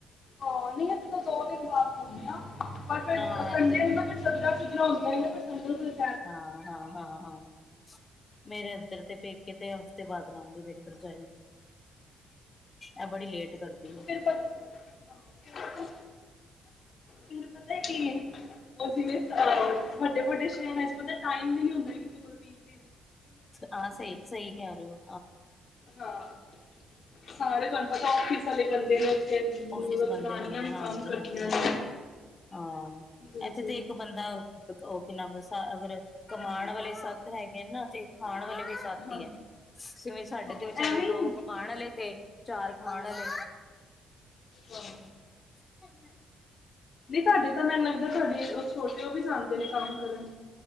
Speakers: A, on the left (about 55°); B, on the left (about 30°).
A: ਹਾਂ ਨਹੀਂ ਅਸੀਂ ਤਾਂ ਦੋ ਦਿਨ ਬਾਅਦ ਧੋਣੇ ਹਾਂ ਪਰ ਫੇਰ
B: ਨਾ
A: ਸੰਡੇ
B: ਇੱਧਰ
A: ਨੂੰ ਨਾ ਫਿਰ ਚਦਰਾ ਚੁਦਰਾ ਹੁੰ <unintelligible>
B: ਹਾਂ-ਹਾਂ-ਹਾਂ-ਹਾਂ। <inaudible> ਮੇਰੇ ਅੰਦਰ ਤੇ ਪੇਕੇ ਤੇ, ਹਫਤੇ ਬਾਅਦ ਲਾਉਂਦੀ ਮੇਰੀ ਭਰਜਾਈ ਐ ਬੜੀ, ਲੇਟ ਕਰਦੀ ਏ
A: ਫਿਰ ਪਤ ਹਾਂ ਫਿਰ ਫਿਰ ਪਤਾ ਕੀ ਏ ਉਹ ਜਿਵੇਂ, ਅ ਵੱਡੇ -ਵੱਡੇ ਸ਼ਹਿਰ ਵਿੱਚ ਪਤਾ ਟਾਈਮ, ਵੀ ਨੀ ਹੁੰਦਾ ਕਿਸੇ ਵੀਕ। <inaudible>
B: ਹਾਂ, ਸਹੀ -ਸਹੀ ਕਹਿ ਰਹੇ ਹੋ।
A: ਹਾਂ ਸਾਰੇ, ਤੁਹਾਨੂੰ ਪਤਾ ਔਫਿਸ ਵਾਲੇ ਬੰਦੇ ਨੇ। ਤੇ ਜਨਾਾਨੀਆਂ
B: ਆਫਿਸ ਬੰਦੇ ਹੁੰਦੇ
A: ਵੀ,
B: ਹਾਂਜੀ
A: ਕੰਮ ਕਰਦੀਆਂ
B: ਹਾਂਜੀ
A: ਨੇ।
B: ਹਾਂਜੀ ਹਾਂ
A: ਬਿਲਕੁਲ
B: ਇੱਥੇ ਤੇ ਇੱਕ ਬੰਦਾ ਉਹ ਕੀ ਨ ਅਗਰ ਕਮਾਉਣ ਵਾਲੇ ਸੱਤ ਹੈਗੇ, ਨਾ ਤੇ ਖਾਣ ਵਾਲੇ ਵੀ, ਸਾਥੀ
A: ਹਾਂ
B: ਹੈ ਜਿਵੇਂ ਸਾਡੇ
A: ਹਾਂ
B: ਤੇ ਵਿਚਾਰੇ
A: ਐਵੇਂ
B: ਦੋ
A: ਹੀ ਹੁੰਦਾ
B: ਕਮਾਣ ਵਾਲੇ ਤੇ ਚਾਰ ਖਾਣ ਵਾਲੇ
A: ਹਾਂ
B: ਹ <inaudible> <unintelligible>
A: ਨਹੀਂ, ਤੁਹਾਡੇ ਤਾਂ ਮੈਨੂੰ ਲੱਗਦਾ, ਤੁਹਾਡੇ ਛੋਟੇ ਉਹ ਵੀ ਜਾਂਦੇ ਨੇ ਕੰਮ ਕਰਨ।